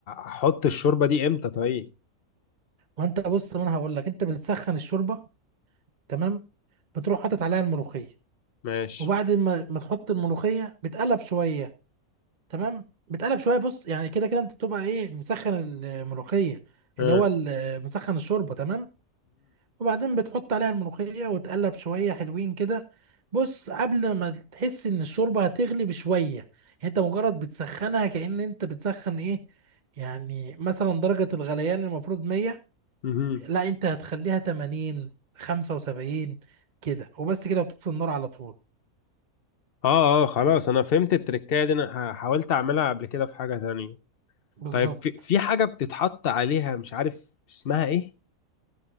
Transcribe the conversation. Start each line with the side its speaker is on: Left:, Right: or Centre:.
Left: احط الشوربة دي امتى طيب
Right: وانت بص ما انا هقول لك انت بتسخن الشوربه تمام بتروح حاطط عليها الملوخيه
Left: ماشي
Right: وبعد ما ما تحط الملوخيه بتقلب شويه تمام بتقلب شويه بص يعني كده كده انت بتبقى ايه مسخن الملوخيه
Left: ها
Right: اللي هو ال- مسخن الشوربه تمام وبعدين بتحط عليها الملوخيه وتقلب شويه حلوين كده بص قبل ما تحس ان الشوربه هتغلي بشويه يعني انت مجرد بتسخنها كأن انت بتسخن ايه يعني مثلا درجه الغليان المفروض 100
Left: امم
Right: لا انت هتخليها 80 75 كده وبس كده وبتطفي النار على طول
Left: اه اه خلاص انا فهمت التركايه دي انا ح- حاولت اعملها قبل كده في حاجه تانية
Right: بالظبط
Left: طيب في في حاجه بتتحط عليها مش عارف اسمها ايه